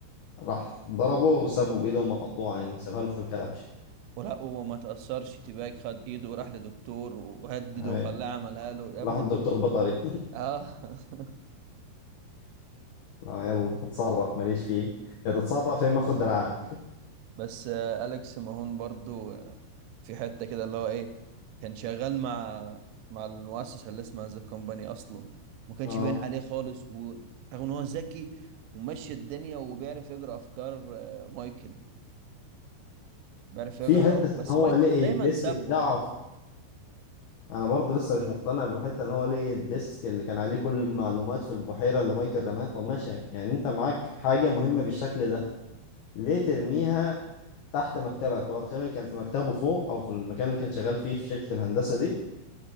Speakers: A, on the left; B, on the right.
A: راح ضربه وسابه بايده المقطوعه يعني سابها له في الكلبش
B: ولا وما تأثرش تباج خد ايده وراح لدكتور وهدده
A: أي.
B: وخلاه عملها له يا ابني
A: راح الدكتور بطري
B: اه <laughs>
A: لا يلا اتصرف ماليش فيه يا تتصرف يا اما اخد دراعك
B: بس آه، أليكس ماهون برضو في حتة كده اللي هو ايه كان شغال مع مع المؤسسة اللي اسمها ذا كومباني اصلا ما كانش
A: اه
B: باين عليه خالص ورغم ان هو ذكي ومشي الدنيا وبيعرف يقرا افكار آه، مايكل بيعرف
A: في
B: يقرا
A: حته
B: بس
A: ان هو
B: مايكل
A: لقي
B: دايما
A: الديسك
B: سابقه
A: بتاعه
B: يعني
A: في- انا برضه لسه مش مقتنع بالحته ان هو لقي الديسك اللي كان عليه كل المعلومات في البحيره اللي مايكل رماها طب ماشي يعني انت معاك حاجه مهمه بالشكل ده ليه ترميها تحت مكتبك هو تقريبا كان في مكتبه فوق او في المكان اللي كان شغال فيه في شركه الهندسه دي